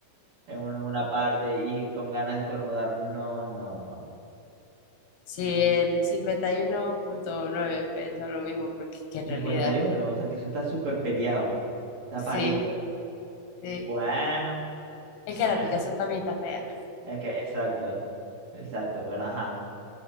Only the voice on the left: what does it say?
Sí, el cincuenta y uno punto nueve pensó lo mismo porque es que en
realidad,
sí,
sí.
Es
que la picazón también está fea.